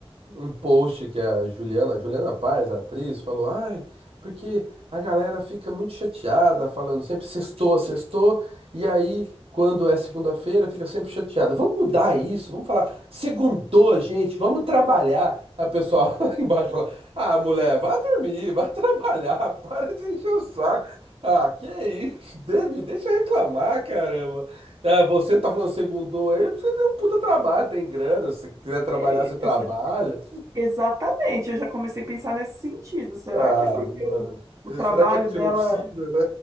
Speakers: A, on the right (about 70°); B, on the right (about 30°).
A: um post que a Juliana, Juliana Paz, a atriz, falou: "Ai, porque a galera fica muito chateada falando sempre sextou, sextou, e aí quando é segunda-feira fica sempre chateada. Vamos mudar isso, vamos falar segundou, gente, vamos trabalhar." A pessoa <laughs> lá embaixo fala: ah, mulher, vá dormir, vá trabalhar, <laughs> para de encher o saco. Ah, que isso? De, me deixa reclamar, caramba. Ah, você tá falando segundou aí, porque você tem um puta trabalho, tem grana. Se você quiser trabalhar,
B: é,
A: você trabalha.
B: exa- exatamente, eu já comecei a pensar nesse sentido. Será
A: Ah,
B: que é porque
A: mano.
B: o, o trabalho
A: Será que é porque
B: dela.
A: você não precisa, né?